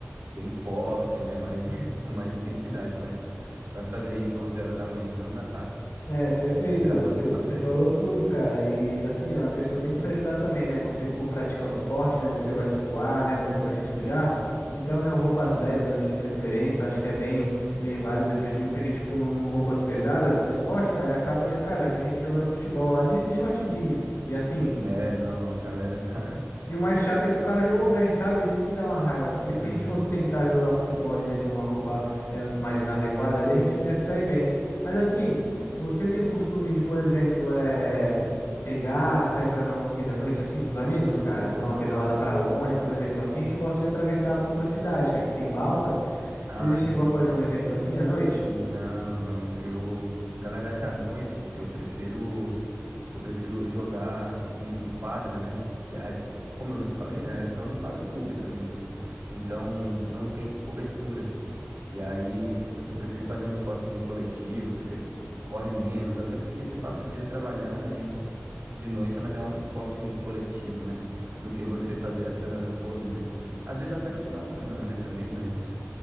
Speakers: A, on the right; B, on the left.
A: bem forte, né? Mas, <laughs> com mais intensidade, mas vai fazer isso 11 horas da manhã, não dá.
B: É, perfeito.
A: É desidratação
B: Você, você
A: na certa.
B: falou tudo, cara. E assim, a pessoa tem que se ajudar também, né? Você, por praticar um esporte, né? Você vai suar, né? Você vai se sujar. Então, né? Roupas leves ali de preferência, eu acho que é bem, bem válido. Eu vejo muita gente com no- roupas pesadas pro esporte, cara. E acaba já, cara, já vi gente jogando futebol lá de, de short jeans. E assim.
A: É, não, a galera tá.
B: E o mais chato é que o cara jogou bem, sabe? Isso que dá uma raiva. Porque
A: <laughs> Aham.
B: se a gente fosse tentar jogar o futebol ali, né, de uma roupa menos- mais inadequada ali, a gente não ia se sair bem. Mas assim, você tem o costume de, por exemplo, é... pegar, sair pra dar uma corrida à noite, assim, com os amigos, cara? Ou dar uma pedalada pra longe, por exemplo. Aqui a gente gosta de atravessar pra outra cidade, que aqui tem balsa.
A: Ah,
B: Você já chegou
A: sim.
B: a fazer um evento assim à noite?
A: Não, não. Eu, na verdade, à noite eu prefiro. Eu prefiro jogar em, em quadra, né? Porque, aí, como eu falei, né? Eu jogo em quadra pública mesmo. Então, não tem cobertura. E aí, se eu, eu prefiro fazer um esportezinho coletivo, que você corre menos, até porque você passa o dia trabalhando, aí de noite é melhor um esporte coletivo, né? Do que você fazer essa corrida. Às vezes até no final de semana, né, também, mas